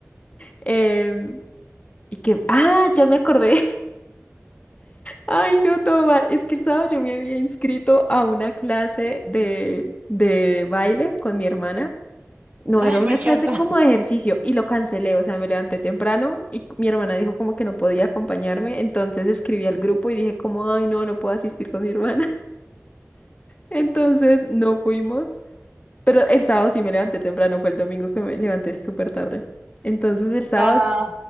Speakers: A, on the left; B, on the right.
A: em, y que, ah, ya me acordé. <laughs> Ay, no, todo mal. Es que el sábado yo me había inscrito a una clase de, de baile con mi hermana. No,
B: ay,
A: era una
B: me encanta.
A: clase como de ejercicio y lo cancelé, o sea, me levanté temprano y c- mi hermana dijo como que no podía acompañarme, entonces escribí al grupo y dije como, ay, no, no puedo asistir con mi hermana. Entonces no fuimos, pero el sábado sí me levanté temprano, fue el domingo que me levanté súper tarde. Entonces el sábado,
B: Ah,
A: sí-